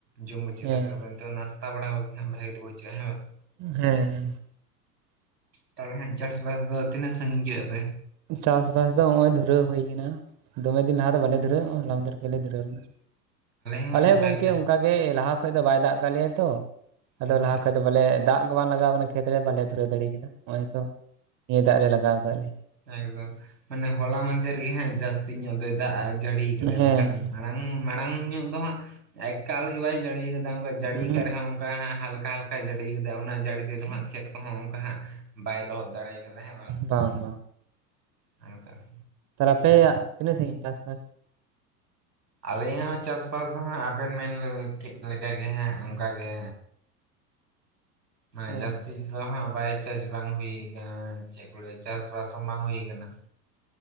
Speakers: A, on the right; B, on the right.
A: ᱡᱚᱢ ᱢᱩᱪᱟᱹᱫ
B: ᱦᱮᱸ
A: ᱫᱟᱠᱟ ᱠᱚ ᱱᱤᱛᱚᱜ ᱱᱟᱥᱛᱟ ᱵᱟᱲᱟ ᱦᱩᱭ ᱱᱟ ᱵᱷᱟᱹᱜᱤ ᱜᱮ ᱵᱩᱪ ᱠᱚᱜ-ᱟ ᱦᱮ ᱵᱟᱝ
B: ᱦᱮᱸ
A: ᱛᱟᱦᱞᱮ ᱪᱟᱥᱵᱟᱥ ᱫᱚ ᱛᱤᱱᱟᱹᱜ ᱥᱟᱺᱜᱤᱧ ᱠᱮᱜ-ᱟ ᱯᱮ
B: ᱪᱟᱥᱵᱟᱥ ᱫᱚ ᱦᱚᱜ ᱚᱭ ᱫᱷᱩᱨᱟᱹᱣ ᱦᱩᱭ ᱠᱟᱱᱟ ᱫᱚᱢᱮ ᱫᱤᱱ ᱞᱟᱦᱟ ᱫᱚ ᱵᱟᱞᱮ ᱫᱷᱩᱨᱟᱹᱣᱚᱜ-ᱟ ᱦᱚᱞᱟ ᱢᱟᱫᱷᱮᱨ ᱠᱷᱚᱡ ᱞᱮ ᱫᱷᱩᱨᱟᱹᱣ ᱠᱟᱱᱟ
A: ᱦᱚᱸ
B: ᱟᱞᱮ
A: ᱚᱱᱠᱟ
B: ᱜᱚᱝᱠᱮ
A: ᱜᱮ ᱦᱟᱸᱜ
B: ᱚᱝᱠᱟᱜᱮ ᱞᱟᱦᱟ ᱠᱷᱚᱡ ᱫᱚ ᱵᱟᱭ ᱫᱟᱜ ᱠᱟᱜ ᱞᱮᱭᱟ ᱛᱚ ᱟᱫᱚ
A: ᱟᱪᱪᱷᱟ
B: ᱞᱟᱦᱟ ᱠᱷᱚᱡ ᱫᱚ ᱵᱚᱞᱮ ᱫᱟᱜ ᱜᱮ ᱵᱟᱝ ᱞᱟᱜᱟᱣ ᱠᱟᱱᱟ ᱠᱷᱮᱛ ᱨᱮ ᱵᱟᱞᱮ ᱫᱷᱩᱨᱟᱹᱣ ᱫᱟᱲᱮ ᱠᱟᱫᱟ ᱦᱚᱜ ᱚᱭ ᱛᱚ ᱱᱤᱭᱟᱹ ᱫᱟᱜ ᱨᱮ ᱞᱟᱜᱟᱣ ᱠᱟᱜ ᱞᱮ
A: ᱮᱠᱫᱚᱢ ᱢᱟᱱᱮ ᱦᱚᱞᱟ ᱢᱟᱫᱮᱨ ᱜᱮ ᱦᱟᱜ ᱡᱟᱹᱥᱛᱤ ᱧᱚᱜ ᱫᱚᱭ ᱫᱟᱜ-ᱟ ᱡᱟᱹᱲᱤ ᱠᱟᱫᱟᱭ
B: ᱦᱮᱸ
A: ᱵᱟᱝᱠᱷᱟᱱ
B: ᱦᱮᱸ
A: ᱢᱟᱲᱟᱝ ᱢᱟ ᱢᱟᱲᱟᱝ ᱧᱚᱜ ᱫᱚ ᱦᱟᱸᱜ ᱮᱠᱟᱞ ᱜᱮ ᱵᱟᱭ ᱡᱟᱹᱲᱤ ᱠᱟᱫᱟ ᱡᱟᱹᱲᱤ
B: ᱩᱸᱦᱩᱜ
A: ᱠᱟᱜ ᱨᱮᱦᱚᱸ ᱚᱱᱠᱟ ᱦᱟᱜ ᱦᱟᱞᱠᱟ ᱦᱟᱞᱠᱟ ᱡᱟᱹᱲᱤ ᱠᱟᱫᱟ ᱚᱱᱟ ᱡᱟᱹᱲᱤ ᱛᱮᱫᱚ ᱦᱟᱸᱜ ᱠᱷᱮᱛ ᱠᱚᱦᱚᱸ ᱚᱝᱠᱟ ᱦᱟᱸᱜ ᱵᱟᱭ ᱞᱚᱦᱚᱫ ᱫᱟᱲᱮ ᱠᱟᱫᱟ ᱦᱮᱸ ᱵᱟᱝ?
B: ᱵᱟᱝ ᱵᱟᱝ᱾
A: ᱮᱠᱫᱚᱢ᱾
B: ᱛᱟᱞᱦᱮ ᱟᱯᱮᱭᱟᱜ ᱛᱤᱱᱟᱹᱜ ᱥᱟᱹᱜᱤᱧ ᱪᱟᱥ ᱵᱟᱥ?
A: ᱟᱞᱮᱭᱟᱜ ᱦᱚᱸ ᱪᱟᱥᱵᱟᱥ ᱫᱚ ᱦᱟᱸᱜ ᱟᱵᱮᱱ ᱢᱮᱱ ᱠᱮᱫ ᱞᱮᱠᱟᱜᱮ ᱦᱟᱸᱜ ᱚᱝᱠᱟᱜᱮ ᱢᱟᱱᱮ
B: ᱚ
A: ᱡᱟᱥ ᱛᱤ ᱫᱚ ᱦᱟᱸᱜ ᱵᱟᱭ ᱪᱟᱥ ᱵᱟᱝ ᱦᱩᱭᱩ ᱠᱟᱱᱟ, ᱪᱮᱫ ᱠᱚ ᱞᱟᱹᱭᱟ ᱪᱟᱥᱵᱟᱥ ᱦᱚᱸ ᱵᱟᱝ ᱦᱩᱭ ᱠᱟᱱᱟ᱾